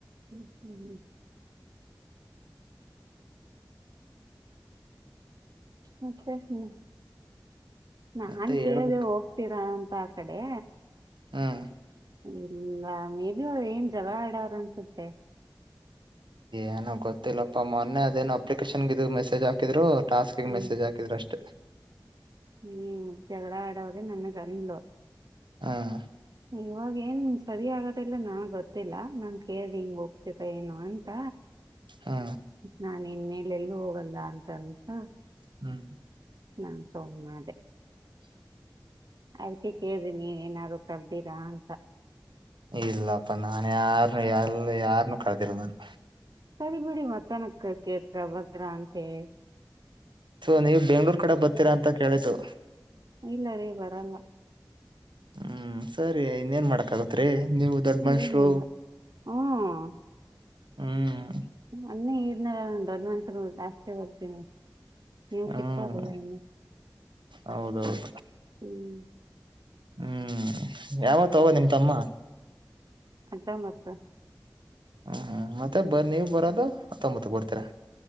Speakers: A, on the right; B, on the right.
A: ಹ್ಮ್ ಹ್ಮ್ ಹ್ಮ್ ಮತ್ತೆ ಹ್ಮ ನಾನ್
B: ಮತ್ತೆ
A: ಕೇಳಿದೆವು
B: ಹೇಳ್ಬೇಕ್
A: ಇತೀರಾ ಅಂತ ಆ ಕಡೆ
B: ಹ್ಮ್
A: ಇಲ್ಲ ಮೇಬ ಅವ ಏನ್ ಜಗಳ ಆಡವರು ಅನ್ಸುತ್ತೆ
B: ಏನ ಗೊತ್ತಿಲ್ಲಪ್ಪ ಮೊನ್ನೆ ಅದೇನ್ ಅಪ್ಲಿಕೇಶನ್ಗೆ ಇದಿದು ಮೆಸೇಜ್ ಹಾಕಿದ್ರು ಟಾಸ್ಕ್ಿಗೆ
A: ಹ್ಮ್
B: ಮೆಸೇಜ್ಾಕಿದ್ರರುಷ್ಟೇ
A: ಹ್ಮ್ ಜಡ ಆಡೋದೆ ನನ್ಗಂದ್ಲು
B: ಹಾಂ
A: ಇವಾಗ ಏನ್ ಸರಿ ಆಗತ್ತ ಇಲ್ಲ ನಾ ಗೊತ್ತಿಲ್ಲಾ ನಾನ್ ಕೇಳ್ದಿ ಹಿಂಗ ಹೋಗ್ತತ ಏನು ಅಂತ
B: ಹಾ
A: ನಾ ಇನ್ ಮೇಲೆ ಎಲ್ಲೂ ಹೋಗಲ್ಲ ಅಂತ ಅನ್ಸ
B: ಹ್ಮ್
A: ನಾ ಸು್ ಮಾಡೆ ಅದಕ್ಕೆ ಕೇಳಿ ನೀ ಏನಾದ್ರು ಕಲ್ದಿರಾ ಅಂತ
B: ಇಲ್ಲಪ್ಪ ನಾನ ಯಾರನು ಎಲ್ಲ ಯಾರನ್ನು ಕಳದಿಲ್ಲ ನಾನು
A: ಸರಿ ಬಿಡಿ ಮತ್ತನಕ್ ಕೇತ್ರ ಭದ್ರಾ ಅಂತ ಹೇಳಿ
B: ಸೊ ನೀವು ಬೆಂಗ್ಗಳೂರ್ ಕಡೆ ಬರ್ತೀರಾ ಅಂತ ಕೇಳಿದ್ದು
A: ಇಲ್ಲ ರೇ ಬರಲ್ಲ
B: ಹ್ಮ್ ಸರಿ ಇನ್ನೇನ್ ಮಾಡಕ್ ಆಗತ್ರಿ ನೀವು ದೊಡ್ಡ ಮಷರು
A: ಏನಿಲ್ಲ ಹ್ಮ್
B: ಹ್ಮ್
A: ಅನ್ನೆ ಈನ ದೊಡ್ಡ ಮನ್ಷ್ಯರು ಜಾಸ್ತಿ ಹೋಗ್ತೀನಿ ನೀವು
B: ಹ್ಮ್
A: ಚಿಕ್ಕ ಹದಲ್ಲ ಇನ್ನು
B: ಹೌದೌದು
A: ಹ್ಮ್
B: ಹ್ಮ್ ಯಾವತ್ಗೋ ನಿಮ ತಮ್ಮ
A: ಅದ ಮತ್ತ
B: ಹ್ಮ್ ಹ್ಮ್ ಮತ್ತೆ ಬರ್ ನೀವ್ ಬರೋದು ಹತ್ತೊಂಬತ್ತು ಕೊರ್ತೀರಾ